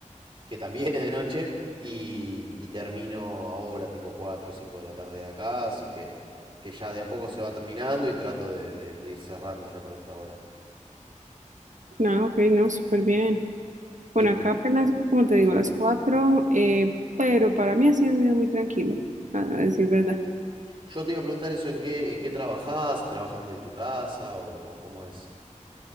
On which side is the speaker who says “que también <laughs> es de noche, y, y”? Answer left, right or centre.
Right